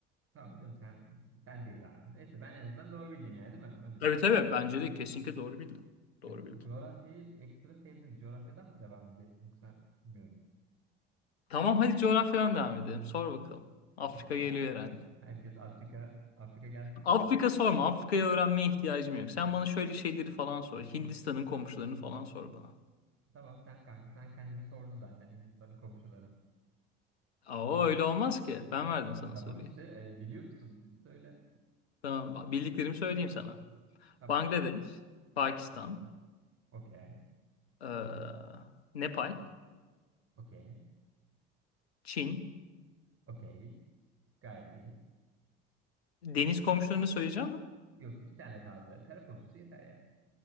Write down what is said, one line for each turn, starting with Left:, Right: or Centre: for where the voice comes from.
Right: Tamam canım sen sendeyiz abi. Neyse ben en azından doğru bildim yani değil mi? Öyle
Left: Tabii
Right: diyoruz.
Left: tabii. Bence de kesinlikle doğru bildim. Doğru
Right: E bu
Left: bildim.
Right: coğrafyayı ekstra sevdin. Coğrafyadan mı devam edelim yoksa bilmiyorum.
Left: Tamam hadi coğrafyadan devam edelim. Sor bakalım. Afrika
Right: Biz-
Left: geliyor
Right: her-
Left: herhalde.
Right: Herkes Afrika Afrika gelsin
Left: Afrika
Right: mi?
Left: sorma. Afrika'yı öğrenmeye ihtiyacım yok. Sen bana şöyle şeyleri falan sor. Hindistan'ın komşularını falan sor bana.
Right: Tamam sen kanka sen kendini sordun zaten Hindistan'ın komşuları.
Left: Aa öyle olmaz ki. Ben verdim sana
Right: Tamam
Left: soruyu.
Right: işte e, biliyor musun? Söyle.
Left: Tamam, bildiklerimi söyleyeyim sana.
Right: Tamam
Left: Bangladeş, Pakistan,
Right: tamam. Okey.
Left: eee, Nepal,
Right: Okey.
Left: Çin.
Right: Okey. Gayet iyi.
Left: Deniz komşularını söyleyeceğim mi?
Right: Yok iki tane kaldı. Kara komşusu yeter ya.